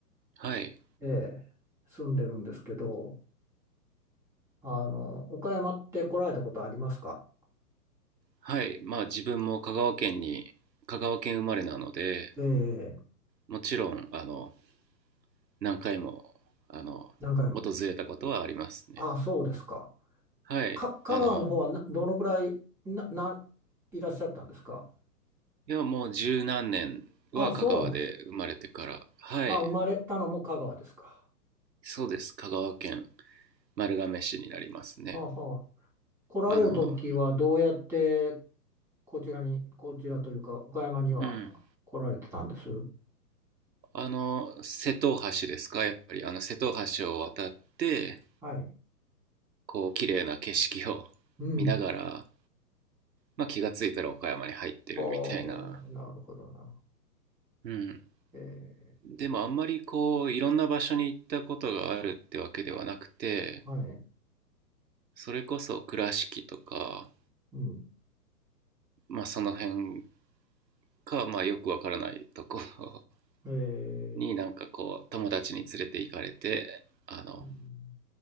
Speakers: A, on the right (about 85°); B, in the centre.
A: はい、
B: ええ、住んでるんですけど、あの、岡山って来られたことありますか
A: はい、まあ自分も香川県に、香川県生まれなので、
B: ええ、
A: もちろん、あの、何回も、あの、
B: 何回も。
A: 訪れたことはありますね。
B: ああ、そうですか。
A: はい、
B: か、香川の方はなどのくらいな、
A: あの、
B: な、いらっしゃったんですか
A: いや、もう十何年は香川で生まれてから、
B: ああ、そうなんです。
A: はい、
B: ああ、生まれたのも香川ですか。
A: そうです、香川県丸亀市になりますね。
B: はあはあ。来られる時はどうやって
A: あの、
B: こちらに、こちらというか、岡山には来られてたんです。
A: うん、あの、瀬戸大橋ですかやっぱり、あの、瀬戸大橋を渡って、
B: はい。
A: こう、綺麗な景色を <laughs>
B: うん。
A: 見ながら、まあ、気がついたら岡山に入ってるみたいな。
B: はあ、なるほど、なるほ
A: うん。
B: ど。え
A: でも、あんまりこう、いろんな場所に行ったことがあるってわけではなくて、
B: ー、はい。
A: それこそ倉敷とか、
B: うん。
A: まあ、その辺か、まあ、よくわからないところ
B: え
A: <laughs> になんかこう、
B: ー、
A: 友達に連れて行かれて、あの、
B: うん